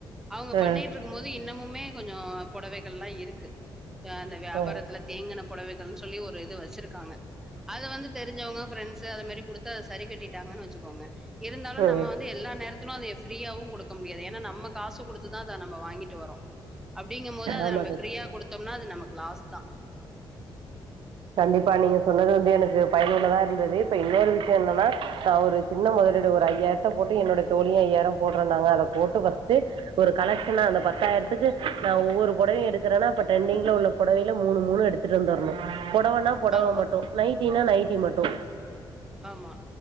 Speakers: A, in the centre; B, on the right (about 80°).
A: அவங்க
B: ஆ
A: பண்ணிட்டு இருக்கும் போது இன்னமுமே கொஞ்சோ புடவைகள்ல்லா இருக்கு அந்த வியாபாரத்துல
B: ஆ
A: தேங்குன புடவைகள்னு சொல்லி ஒரு இது வச்சிருக்காங்க அத வந்து தெரிஞ்சவங்க ஃப்ரெண்ட்ஸு அத மாரி குடுத்து அத சரி கட்டிட்டாங்கன்னு வச்சுக்கோங்க இருந்தாலு
B: ஆ
A: நம்ம வந்து எல்லா நேரத் துன அதய ஃப்ரீயாவு குடுக்க முடியாது ஏன்னா நம்ம காசு குடுத்துதா அத நம்ம வாங்கிட்டு வரோ அப்டிங்கும்போது அத
B: ஆமா
A: நம்ம
B: தோழி
A: ஃப்ரீயா கொடுத்தம்னா அது நமக்கு லாஸ் தா
B: கண்டிப்பா நீங்க சொன்னது வந்து எனக்கு பயனுள்ளதா இருந்தது இப்ப இன்னொரு விஷய என்னன்னா நா ஒரு சின்ன முதலீடு ஒரு ஐயாயிரத்த போட்டு என்னோட தோழியு ஐயாயிர போடுறேன்னாங்க அத போட்டு ஃபர்ஸ்ட்டு ஒரு கலெக்ஷனா அந்த பத்தாயிரத்துக்கு நா ஒவ்வொரு புடவையு எடுக்கறேன்னா அப்ப டரெண்டிங்ல உள்ள புடவையில மூணு மூணு எடுத்துட்டு வந்துர்ணு பொடவன்னா பொடவ
A: ஆமா
B: மட்டு நைட்டின்னா நைட்டி மட்டு
A: ஆமா